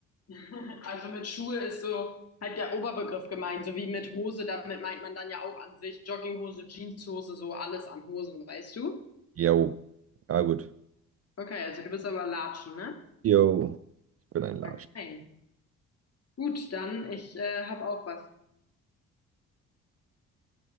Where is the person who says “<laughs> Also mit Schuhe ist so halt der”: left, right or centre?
Left